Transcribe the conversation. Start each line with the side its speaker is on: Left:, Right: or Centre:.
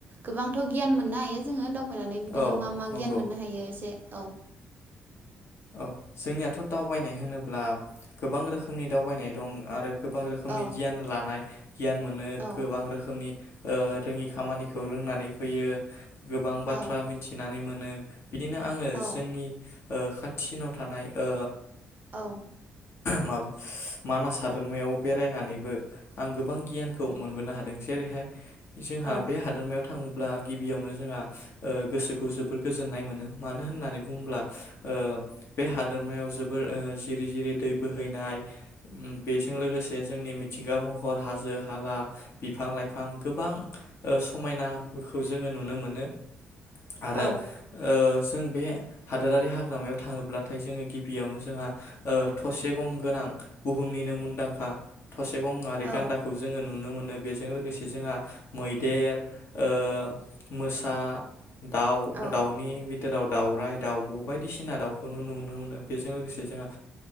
Right: गोबांथ' गियान मोननो हायो जोङो। होनोनानै बिदिनो
Left: औ
Right: मा मा
Left: नंगौ
Right: गियान मोननो हायो एसे औ
Left: औ जोंनियाथ' दावबायनाय होनोब्ला गोबां रोखोमनि दावबायनाय दं आरो। गोबां रोखोमनि
Right: औ
Left: गियान लानाय गियान मोनो
Right: औ
Left: गोबां रोखोमनि रोङि खामानिखौ रोंनानै फैयो गोबां बाथ्रा
Right: औ
Left: मिथिनानै मोनो। बिदिनो आङो
Right: औ
Left: जोंनि ओ खाथिसिनाव थानाय ओ
Right: औ
Left: ब <inaudible> माबा मानास हादोरमायाव बेरायनानैबो आं गोबां गियानखौ मोनबोनो हादों जेरैहाय जोंहा
Right: औ
Left: बे हादोरमायाव थाङोब्ला गिबियावनो जोंहा गोसोखौ जोबोर गोजोन्नाय मोनो मानो मानो होननानै बुङोब्ला ओ बे हादोरमायाव जोबोर ओ जिरि जिरि दै बोहैनाय बेजों लोगोसे जोंनि मिथिंगा महर हाजो हाला बिफां लाइफां गोबां समायनाखौ जोङो नुनो मोनो। आरो
Right: औ
Left: ओ जों बे हादोरारि हाग्रामायाव थाङोब्लाथाय जोङो गिबियावनो जोंहा थसे गं गोनां बुहुमनिनो मुंदांखा थसे गङारि
Right: औ
Left: गान्दाखौ जोङो नुनो मोनो। बेजों लोगोसे जोंहा मैदेर ओ मोसा दाउ
Right: औ
Left: दाउनि बिथोराव दावराय दाउब' बायदिसिना दाउखौनो नुनो मोनो बेजों लोगोसे जोंहा